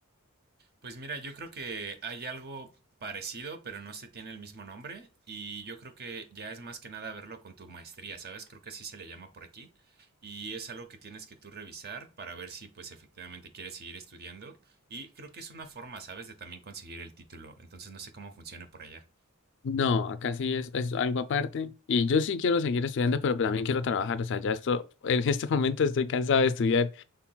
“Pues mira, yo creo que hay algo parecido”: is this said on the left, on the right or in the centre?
Right